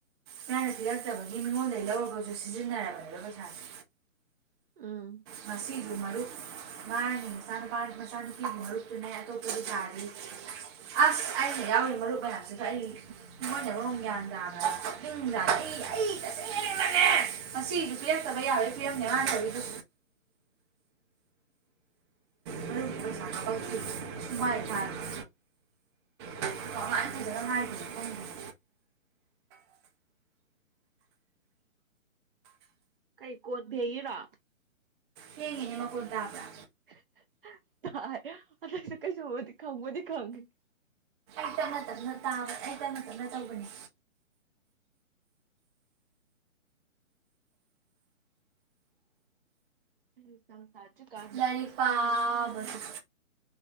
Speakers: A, on the right; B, on the right.
A: ꯃꯌꯥꯅ ꯄꯤꯂꯛꯇꯕꯒꯤ ꯃꯤꯉꯣꯟꯗꯒꯤ ꯂꯧꯔꯒꯁꯨ ꯁꯤꯖꯤꯟꯅꯔꯕꯅꯦꯕ ꯄꯩꯁꯥꯁꯦ
B: ꯎꯝ
A: ꯉꯁꯤꯁꯨ ꯃꯔꯨꯞ ꯃꯥꯒꯤ ꯃꯆꯥꯅꯨꯄꯥ ꯃꯆꯥꯅꯨꯄꯤꯒꯤ ꯃꯔꯨꯞꯇꯨꯅꯦ ꯑꯇꯣꯞꯄꯖꯨ ꯊꯥꯔꯤ ꯑꯁ ꯑꯩꯅ ꯌꯥꯎꯔꯤ ꯃꯔꯨꯞ ꯃꯌꯥꯝꯁꯤꯒ ꯑꯩ ꯃꯣꯏꯅ ꯃꯔꯣꯝ ꯒ꯭ꯌꯥꯟ ꯇꯥꯗꯕꯅꯦ ꯀꯞꯅꯤꯡꯖꯠꯅꯤ ꯑꯩꯗꯅꯦ ꯉꯁꯤꯗꯤ ꯄꯤꯔꯛꯇꯕ ꯌꯥꯔꯣꯏ ꯄꯤꯔꯝꯅꯦ ꯃꯥ ꯂꯩꯍꯧꯔꯤꯗꯣ ꯃꯔꯨꯞ ꯄꯩꯁ ꯀꯞꯄꯛꯇꯦ ꯊꯨꯃꯥꯏ ꯊꯥꯁꯦ ꯀꯃꯥꯏ ꯐꯖꯅꯥ ꯍꯥꯏꯗꯣꯏꯅꯣ ꯈꯪꯗꯦꯕ
B: ꯀꯩ ꯀꯣꯟꯐꯦꯡꯉꯤꯔꯣ
A: ꯐꯦꯡꯉꯤꯅꯤ ꯃꯈꯣꯟꯇꯕ꯭ꯔꯥ
B: ꯍꯥ ꯍꯥ ꯍꯥ ꯇꯔꯦ ꯑꯗꯣꯏꯁꯨ ꯀꯁꯨꯕꯨꯗꯤ ꯀꯩꯁꯨꯕꯨꯗꯤ ꯈꯪꯕꯨꯗꯤ ꯈꯥꯉꯦ
A: ꯑꯩ ꯇꯞꯅ ꯇꯞꯅ ꯇꯥꯕ ꯑꯩ ꯇꯞꯅ ꯇꯞꯅ ꯇꯧꯕꯅꯤ
B: <unintelligible> <unintelligible> ꯀꯥꯗ
A: ꯂꯥꯏꯔꯤꯛ
B: ꯄꯩꯁꯥ
A: ꯄꯥꯕꯁꯨ
B: ꯈꯔ ꯇꯜꯂꯝꯃꯤꯒ